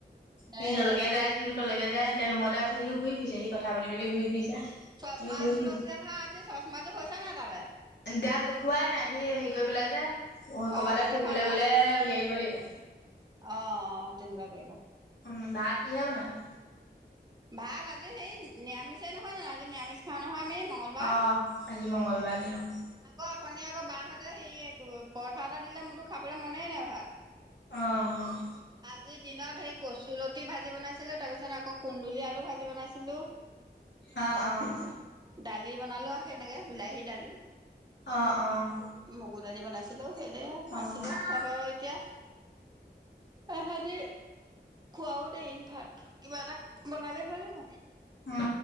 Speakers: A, on the right; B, on the left.
A: নেৰে
B: সি জলেকে
A: এতিয়া তাক
B: যায় সিও তলেকে য এতিয়া ৰুমতে আছে সিও ঘূৰি ফিছে সি কথা পাতি পাতি ঘৰি ফিছে
A: চচমা
B: স ঘৰি
A: এযোৰ লৈছিলে নহয় আজি চচমাযোৰ হৈছে নাই তালে
B: দাক দেখুৱাই নাই সি হেৰি কৰি পেলাই যে
A: অ
B: কবালৈ
A: নেদেখুৱাবা
B: ফুৰিবলৈ গলে উলিয়াই দিব লাগিব
A: অ অ তেনেকুৱা কৰিব
B: উম ভাত কিহে বনালো
A: ভাত আজি হেৰি নিৰামিষে নহয় জানো আজি নিৰামিষ খোৱা নহয় আমি মঙ্গলবাৰ
B: অ আজি মংগলবাৰাৰে য অ
A: আকৌ অথনি আকৌ বাঁাহহঁতে সি পৰঠা এটা দিলে মোৰতো খাবলৈ মনেই নাই ভাত
B: আহ
A: আজি দিনত সেই কচুলতি ভাজি বনাইছিলো তাৰ পিছত আকৌ কুন্দুলি আলু ভাজি বনাইছিলো ো
B: অ', অ',
A: দালি বনালো আহ সনেকে বিলাহী দালি
B: অ', অ',
A: মগুৰ দালি বনাইছিলো সেইদে
B: অ',
A: আছিলে তাৰ পৰাা এতিয়া আহহতে খোৱাও দেই ভাত কিবা এটা বনালে হৈ যাব
B: উম,